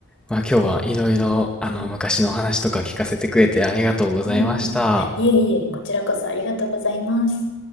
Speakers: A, in the centre; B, on the left (about 55°).
A: まあ、今日はいろいろ、あの、
B: うん。
A: 昔のお話とか聞かせてくれてありがとうございました。
B: うんうん。いえいえ、こちらこそありがとうございます。